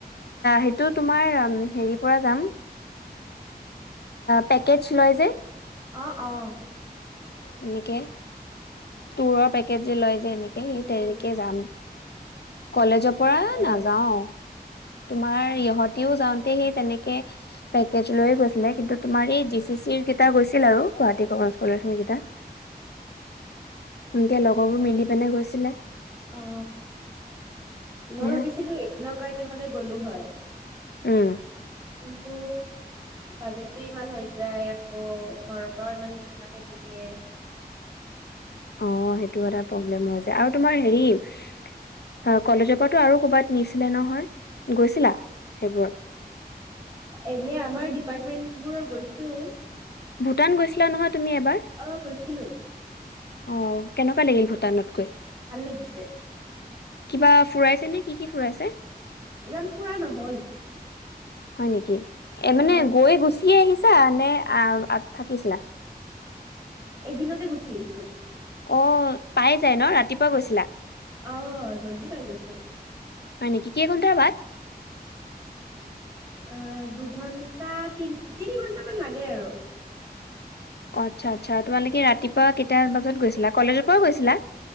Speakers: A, on the left (about 90°); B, on the right (about 20°).
A: সেইটো, তোমাৰ হেৰিৰ পৰা যাম। পেকেজ লয় যে।
B: অ' অ'।
A: এনেকে তোৰৰ পেকেজ যে লয়। যে এনেকে, সেই
B: উম
A: তেনেকে
B: উম
A: যাম। কলেজত পৰা
B: অ
A: নাযাও। তোমাৰ ইহতিও যাওঁতে সেই তেনেকে পেকেজ লৈয়ে গৈছিলে। কিন্তু, তোমাৰ এই জি চি চিৰ কেইটা গৈছিল আৰু। গুৱাহাটী কমাৰ্চ কলেজ ৰ কেইটা। সনকে লগৰবোৰ মিলি পিনে গৈছিলে
B: অ মই
A: হে
B: ভাবিছিলো এদিনৰ কাৰণে হলে গ'লো হয়
A: উম
B: কিন্তু বাজেটটো ইমান হৈ যায় আকৌ ঘৰৰ পৰাও ইমানে সাকে নিদিয়ে
A: অ সেইটো এটা প্ৰব্লেম আৰু তোমাৰ হেৰি হয় কলেজৰ পৰাতো আৰু ক'ৰবাত নিছিলে নহয় গৈছিলা সেইবোৰত
B: এনে আমাৰ ডিপাৰ্টমেন্ট বোৰৰ গৈছো
A: ভূটান গৈছিলা নহয় তুমি এবাৰ
B: আহ গৈছিলো
A: অ কেনেকুৱা লাগিল ভূটানত গৈ
B: ভাল লাগিছে।
A: কিবা ফুৰাইছে নে কি কি ফুৰাইছে।
B: ইমান ফুৰা নহল
A: হয় নেকি এ মানে
B: অ
A: গৈ গুচিয়ে আহিছে এ আনে থাকিছিলা
B: এদিনতে গুচি আহিছো
A: অ পাই যায় ন ৰাতিপুৱা গৈছিলা।
B: আহ জল্দি পাই গৈছো
A: হয় নেকি কেই ঘণ্টাৰ বাদ।
B: আহ দুঘন্টা তি তিনি ঘন্টামান লাগে আৰু।
A: আচ্ছা আচ্ছা তোমালোকে ৰাতিপুৱা কেইটা বজাত গৈছিলা কলেজৰ পৰাও গৈছিলা।